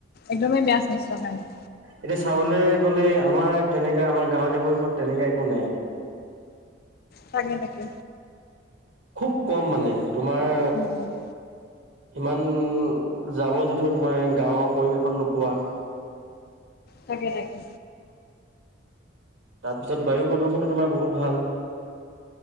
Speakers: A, on the left (about 55°); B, on the right (about 80°).
A: একদমেই বেয়া স্বাস্থ্যৰ কাৰণে।
B: এতিয়া চাবলৈ গ'লে আমাৰ তেনেকা আমাৰ গাঁৱলীয়া পৰিষদ তেনেকে একো নাই।
A: তাকে, তাকে।
B: খুব কম মানে, তোমাৰ
A: উম
B: ইমান জাবৰ- জোথৰ তোমাৰ গাঁৱৰ পৰিৱেশত নোপোৱা।
A: তাকে, তাকে।
B: তাৰপিছত বায়ু প্ৰদূষণটো তোমাৰ বহুত ভাল।